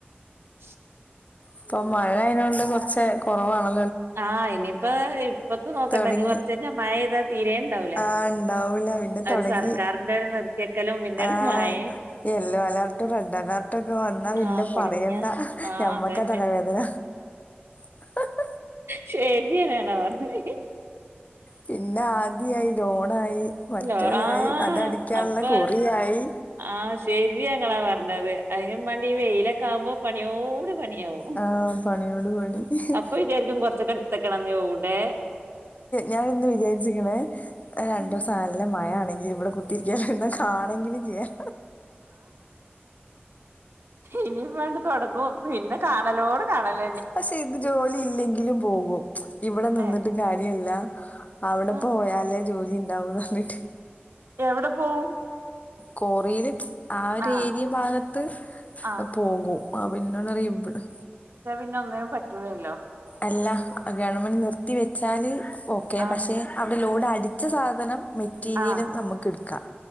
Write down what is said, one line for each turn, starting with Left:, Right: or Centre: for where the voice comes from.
Right: <unintelligible>
Left: ഇപ്പൊ മഴ അതിനോണ്ട് കുറച്ച് കുറവാണ്
Right: ആഹ് ഇനിയിപ്പ ഇപ്പത്ത നോക്കണ്ട
Left: തൊടങ്ങി
Right: നീ കുറച്ച് കഴിഞ്ഞ മഴ ഇത തീര ഉണ്ടാവല
Left: ആ ഇണ്ടാവൂല പിന്നെ
Right: ഒരു
Left: തൊടങ്ങി
Right: സർക്കാരിന്റെ ഒരു നിർത്തിക്കലും പിന്നെ
Left: ആ
Right: ഒരു മായ
Left: യെല്ലോ അലേർട്ടും റെഡ് അലേർട്ട ഒക്കെ വന്നാ പിന്നെ
Right: ആഹ് തൊടങ്ങിയ
Left: പറയണ്ട
Right: ആഹ്
Left: ഞമ്മക്കാ
Right: അതന്നെ
Left: തലവേദന <unintelligible>
Right: ശരിനണ പറഞ്ഞഞ്ഞേ
Left: പിന്നെ ആദ്യ ആായി ലോണായി മറ്റേതായി
Right: ല്ലോ ആഹ
Left: അതടിക്കാനുള്ള
Right: അപ്പൊ
Left: കുറിയായി
Right: ആ ശെരി ങ്ങളാ പറഞ്ഞത് അതിനന് വേണ്ടി വെയിലെക്കാവുമ്പോ പണിയോ പണിയാവോ
Left: ആ പണിയോട് പണി.
Right: അപ്പൊ വിചാരിക്കും കൊറച്ചൊക്കെ എടുത്തക്കണംന്ന് ഇവിടെ
Left: ഞാാനിന്ന് വിചാരിച്ചരിക്കണ രണ്ട
Right: ഉം
Left: ദിവസം ആ നല്ല മഴ ആണെങ്കിലിൽ ഇവിടെ കുത്തിരിക്കോ ഇന്നെ കാണെങ്കിലും ചെയ്യാം
Right: ഇനി വേണ്ട തുൊടങ്ങുന്നു പിന്നെ കാണലോട് കാണല
Left: പക്ഷെ ഇത് ജോലി ഇല്ലെങ്കിലും പോകും ഇവിടെ നിന്നിട്ട്
Right: ഏഹ്
Left: കാര്യല്ല അവിടെ
Right: ആഹ്
Left: പോയാലേ ജോലി ഉണ്ടാവുംന്ന് പറഞ്ഞിട്ട്
Right: എവിടെ പോവും
Left: കൊറയിലും ആ ഒരു
Right: ആഹ്
Left: ഏരിയ ഭാഗത്ത്
Right: ആഹ്
Left: പോകും ആ പിന്നോണ്ടറിയ ഇ
Right: പിെ ഒന്നിനും പറ്റൂല്ലോ
Left: അല്ല ഗവൺമെന്റ് നിർത്തി വെച്ചാല് ഓക്കെ
Right: ആഹ്
Left: പക്ഷെ അവിടെ ലോഡ് ഒരു അടിച്ച സാധനം മെറ്റീരിയലും
Right: ആഹ്
Left: നമുക്ക്െടുക്കാം